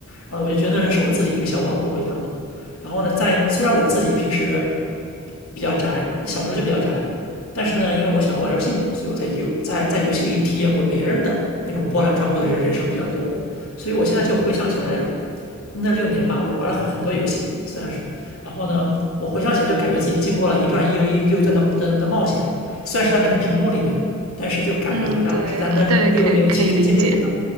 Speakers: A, on the left (about 75°); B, on the right (about 85°).
A: 然后我就觉得那是我自己的一个小王国一样的。然后呢，在虽然我自己平时比较宅，小时候就比较宅，但是呢，因为我喜欢玩游戏嘛，所以我在游在在游戏里体验过别人的那种波澜壮阔的人人生比较多。所以我现在就回想起来。那六年吧，我玩了很很多游戏，虽然是，然后呢，我回想起来就感觉自己经过了一段又一又一段的的的冒险，虽然是在那个屏幕里面，但是就感觉好像是在那那六年里亲身经历的一样。
B: 嗯，对呃对，可以可以理解。